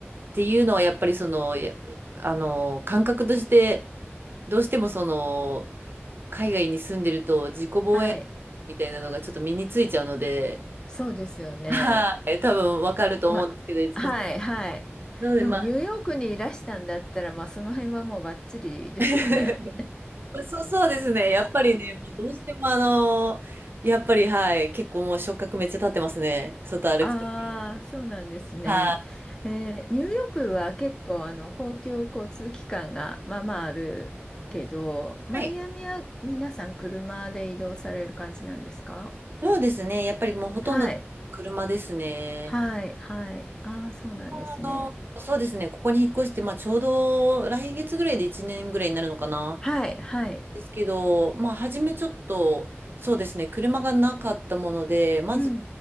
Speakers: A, on the right; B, on the left.
A: ていうのは、やっぱりその、やあの、感覚として、どうしてもその、海外に住んでると自己防衛みたいなのがちょっと身についちゃうので、
B: はい、そうですよね。
A: <laughs> はい、多分わかると思うんですけど、
B: ま、
A: いつこさん。
B: はいはい。
A: なのでまあ、
B: でもニューヨークにいらしたんだったら、まあ、その辺はもうバッチリですよね。
A: <laughs> まあそう、そうですね。やっぱりね、もうどうしてもあの、やっぱりはい、結構もう触覚めっちゃ立ってますね。外歩くとき
B: ああ、そうなんですね。
A: は。
B: えーニューヨークは結構あの公共交通機関がまあまああるけど、マイアミは皆さん車で移動される感じなんですか
A: はい。そうですね。やっぱりもうほとんど車ですね。
B: はい、はい、はい。ああ、そうなんですね。
A: あの、そうですね。ここに引っ越して、まあちょうど来月ぐらいで1年ぐらいになるのかな。
B: はい、はい。
A: ですけど、まあ初めちょっと、そうですね。車がなかったもので、まず
B: うん、